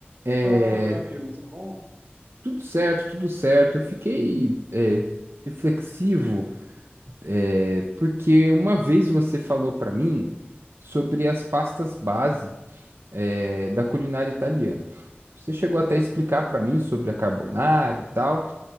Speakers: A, on the right; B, on the right.
A: É,
B: Fala, meu amigo, tudo bom?
A: tudo certo, tudo certo. Eu fiquei é, reflexivo, é, porque uma vez você falou para mim sobre as pastas base, é, da culinária italiana. Você chegou
B: Uhum.
A: até a explicar para mim sobre a carbonara e tal,